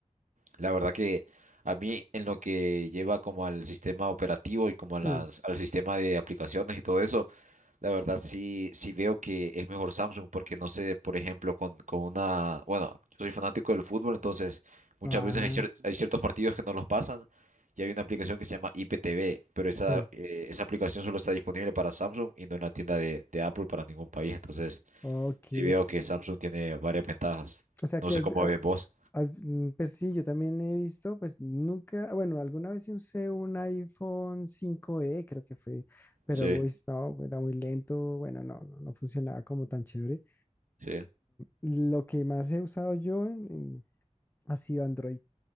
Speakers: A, on the right; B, on the left.
A: La verdad que a mí en lo que lleva como al sistema operativo y como
B: sí.
A: a las, al sistema de aplicaciones y todo eso, la verdad sí, sí veo que es mejor Samsung porque no sé, por ejemplo, con, con una, bueno, yo soy fanático del fútbol, entonces muchas
B: Ah,
A: veces hay, cier- hay ciertos partidos que no los pasan y hay una aplicación que se llama IPTV, pero esa,
B: sí.
A: eh, esa aplicación solo está disponible para Samsung y no en la tienda de, de Apple para ningún país, entonces
B: Ok.
A: sí veo que Samsung tiene varias ventajas.
B: O sea
A: No
B: que
A: sé
B: es,
A: cómo
B: ah,
A: ves vos.
B: Has- mm, Pues sí, yo también he visto, pues nunca, bueno, alguna vez sí usé un iPhone cinco e creo que fue, pero
A: Sí,
B: uy, no, era muy lento, bueno, no, no, no funcionaba como tan chévere.
A: sí,
B: Lo que más he usado yo en- en- ha sido Android.